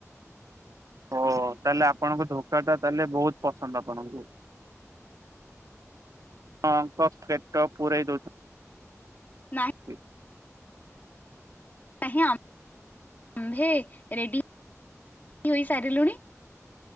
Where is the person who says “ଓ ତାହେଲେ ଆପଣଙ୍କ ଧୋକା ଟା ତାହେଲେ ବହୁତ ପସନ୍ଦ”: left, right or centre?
Right